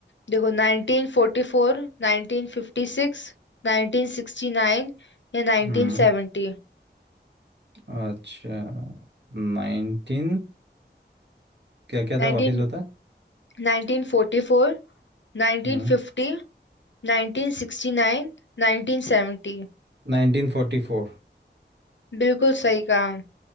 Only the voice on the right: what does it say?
हम्म अच्छा नाइनटीन क्या क्या
था वापिस बता
हम्म
Nineteen forty four